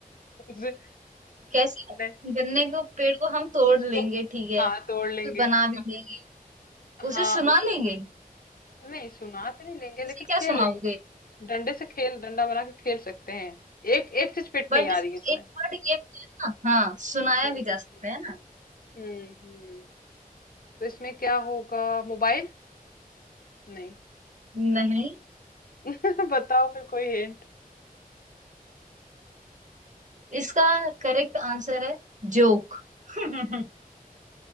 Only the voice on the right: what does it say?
कैसे
गन्ने के पेड़ को हम तोड़
लेंगे ठीक है
तो बना भी देंगे
उसे सुना
लेंगे
उसे क्या
सुनाओगे
बट
इसमें
एक वर्ड ये भी है ना हाँ सुनाया
भी जा सकता है
ना नहीं
इसका करेक्ट आंसर है जोक <laughs>